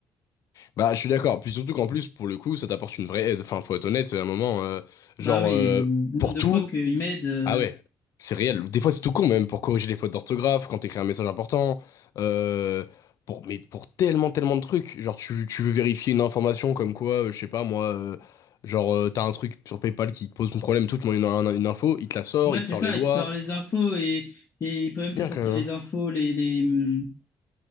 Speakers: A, on the left; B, on the left.
A: Bah, je suis d'accord. Puis surtout qu'en plus, pour le coup, ça t'apporte une vraie aide. Enfin, faut être honnête, c'est un moment, euh,
B: Bah
A: genre,
B: oui,
A: euh,
B: le nombre
A: pour
B: de
A: tout,
B: fois qu'il m'aide, euh,
A: Ah ouais, c'est réel. Des fois, c'est tout con, même pour corriger les fautes d'orthographe, quand t'écris un message important, euh, pour, mais pour tellement, tellement de trucs. Genre, tu, tu veux vérifier une information comme quoi, euh, je sais pas, moi, euh, genre, euh, t'as un truc sur PayPal qui te pose un problème, tout, tu demandes une, un- une info, il te la sort,
B: ouais,
A: il
B: c'est
A: te sort
B: ça,
A: les lois.
B: il te sort les infos et, et il peut
A: C'est
B: même te
A: bien
B: sortir
A: quand même.
B: les
A: hein.
B: infos, les, les, hum,